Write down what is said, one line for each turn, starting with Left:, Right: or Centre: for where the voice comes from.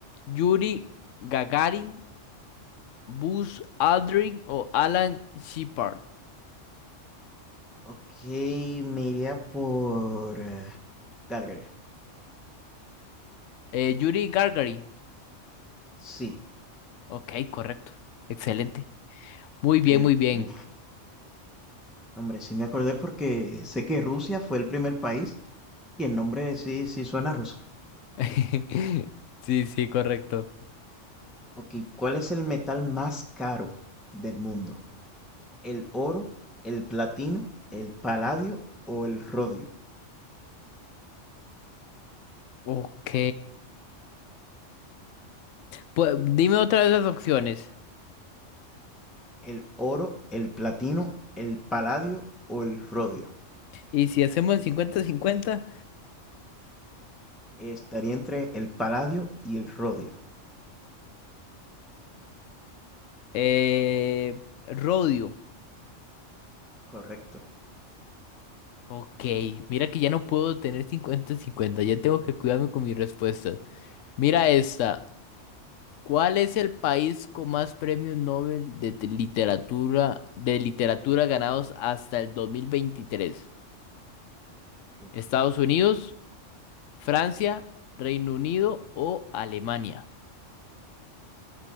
Left: Yuri Gagarin, Buzz Aldrin o Alan Shepard.
Centre: Ok, me iría por eh, Calgary.
Left: Eh, Yuri Gagarin.
Centre: Sí,
Left: Ok, correcto. Excelente. Muy
Centre: ok,
Left: bien, muy bien.
Centre: uf, hombre, sí me acordé porque sé que Rusia fue el primer país y el nombre sí, sí suena ruso.
Left: <laughs> Sí, sí, correcto.
Centre: Ok, ¿cuál es el metal más caro del mundo? ¿El oro, el platino, el paladio o el rodio?
Left: Ok. Pues, dime otra de esas opciones.
Centre: ¿El oro, el platino, el paladio o el rodio?
Left: Y si hacemos el cincuenta-cincuenta,
Centre: Estaría entre el paladio y el rodio.
Left: eh, Rodio.
Centre: Correcto.
Left: Ok, mira que ya no puedo tener cincuenta-cincuenta, ya tengo que cuidarme con mis respuestas. Mira esta. ¿Cuál es el país con más premios Nobel de te- literatura, de literatura ganados hasta el 2023?
Centre: Uf.
Left: ¿Estados Unidos, Francia, Reino Unido o Alemania?